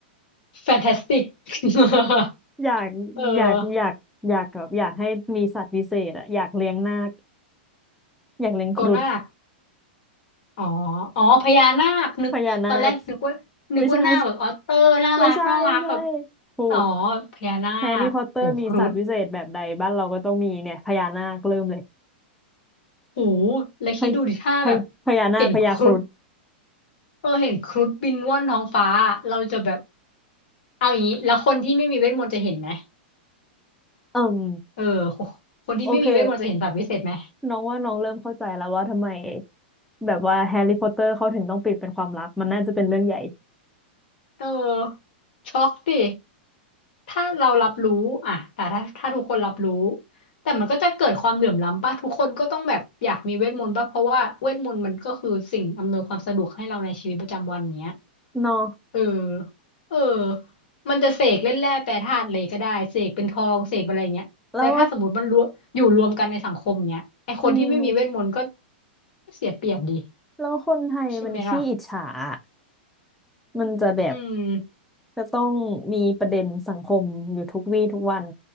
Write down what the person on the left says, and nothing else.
แฟนตาสติก <laughs>
เออ
ตัวนาคอ๋ออ๋อพญานาคนึกตอนแรกนึกว่านึกว่าหน้าคแบบออเตอร์น่ารักน่ารักแบบ
อ๋อพญานาคโหครุฑ
หูแล้วคิดดูดิถ้าแบบ
เห็นครุฑ เราเห็นครุฑบินว่อนท้องฟ้าเราจะแบบเอาอย่างนี้แล้วคนที่ไม่มีเวทมนต์จะเห็นไหม
เออคนที่ไม่มีเวทมนต์จะเห็นสัตว์วิเศษไหม
เออช็อกดิถ้าเรารับรู้อ่ะแต่ถ้าถ้าทุกคนรับรู้แต่มันก็จะเกิดความเหลื่อมล้ำป่ะทุกคนก็ต้องแบบอยากมีเวทมนต์ป่ะเพราะว่าเวทมนต์มันก็คือสิ่งอำนวยความสะดวกให้เราในชีวิตประจำวันเนี้ย
เออเออมันจะเสกเล่นแร่แปรธาตุเลยก็ได้เสกเป็นทองเสกเป็นอะไรเงี้ยแล้วถ้าสมมติมันรวมอยู่รวมกันในสังคมเงี้ยไอคนที่ไม่มีเวทมนต์ก็
เสียเปรียบดี
ใช่ไหมล่ะ
อืม